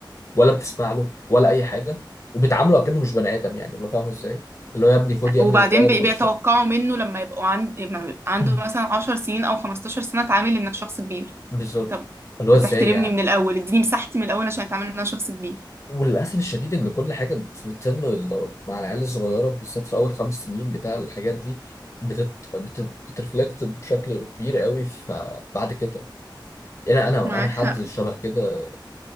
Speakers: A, on the left; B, on the right.
A: ولا بتسمع له ولا اي حاجه وبيتعاملوا كأنه مش بني ادم يعني اللي فاهم ازاي اللي هو يا ابني خد يا
B: وبعدين
A: ابني الموبايل
B: بي-
A: وتر
B: بيتوقعوا منه لما يبقوا عند لما يبقى عنده
A: <clears throat>
B: مثلا عشر سنين أو خمستاشر سنة اتعامل إنك شخص كبير
A: <laughs> بالظبط
B: طب
A: اللي هو
B: ما
A: ازاي
B: تحترمني
A: يعني
B: من الأول اديني مساحتي من الأول عشان اتعامل إن أنا شخص كبير
A: وللاسف الشديد ان كل حاجه بت- بتتم ال- مع العيال الصغيره بالذات في اول خمس سنين بتاع الحاجات دي بتت... بت... بترفلكت بشكل كبير قوي فبعد كده يعني انا
B: معاك
A: انا حد
B: حق
A: شبه كده